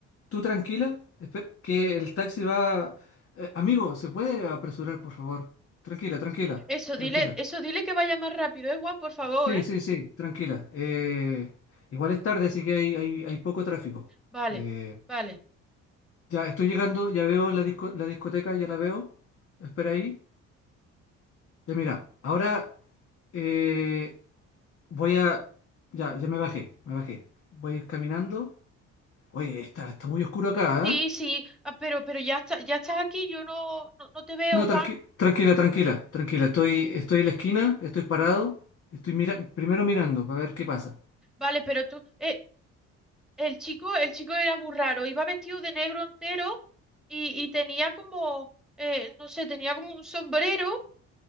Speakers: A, on the left; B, in the centre.
A: tú tranquila, espe- que el taxi va. Eh, amigo, ¿se puede apresurar, por favor? Tranquila, tranquila,
B: Eso
A: tranquila.
B: dile, eso dile que vaya más rápido, eh, Juan, por favor,
A: Sí,
B: eh.
A: sí, sí, tranquila. Eh, igual es tarde, así que hay, hay, hay poco tráfico.
B: Vale,
A: Eh,
B: vale.
A: ya estoy llegando, ya veo la disco- la discoteca, ya la veo. Espera ahí. Ya mira, ahora eh, voy a... Ya, ya me bajé, me bajé. Voy a ir caminando. Oye, está, está muy oscuro acá,
B: Sí,
A: ¿eh?
B: sí, ah, pero, pero ya está, ya estás aquí, yo no, no, no te veo,
A: No,
B: Juan.
A: tranqui- tranquila, tranquila, tranquila. Estoy, estoy en la esquina, estoy parado. Estoy mira primero mirando para ver qué pasa.
B: Vale, pero tú, eh, el chico, el chico era muy raro, iba vestido de negro entero y, y tenía como, eh, no sé, tenía como un sombrero.